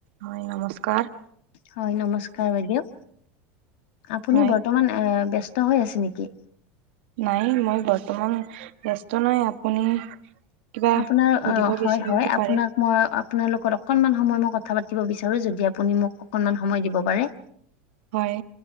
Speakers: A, on the right (about 70°); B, on the left (about 65°).
A: হয় নমস্কাৰ!
B: হয় নমস্কাৰ বাইদেউ! আপুনি
A: হয়
B: বৰ্তমান ব্যস্ত হৈ আছে নেকি?
A: নাই মই বৰ্তমান ব্যস্ত নাই। আপুনি? কিবা
B: আপোনাৰ
A: সুধিব
B: অ' হয়
A: বিচাৰে
B: হয়,
A: যদি
B: আপোনাক
A: পাৰে
B: মই আপোনাৰ লগত অকণমান সময় মই কথা পাতিব বিচাৰো। যদি আপুনি মোক অকণমান সময় দিব পাৰে?
A: হয়